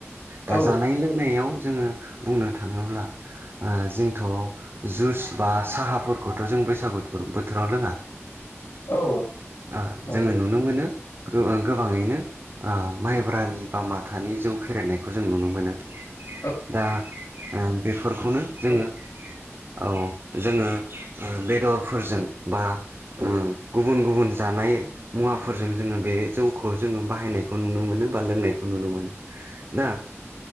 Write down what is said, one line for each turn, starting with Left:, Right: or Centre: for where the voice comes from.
Right: दा
Left: औ
Right: जानाय लोंनायाव जोङो बुंनो थाङोब्ला ओ जोंथ' जुस बा साहाफोरखौथ' जों बैसागु बोथोराव लोङा
Left: औ
Right: ओ
Left: नंगौ
Right: जोङो नुनो मोनो गो गोबाङैनो माइब्रानि बा माथानि जौ फेरनायखौ जों नुनो मोनो।
Left: औ
Right: दा ओ बेफोरखौनो जोङो। औ जोङो बेदरफोरजों बा ओ गुबुन गुबुन जानाय। मुवाफोरजों जोङो बे जौखौ जोङो बाहायनायखौ नुनो मोनो बा लोंनायखौ नुनो मोनो। दा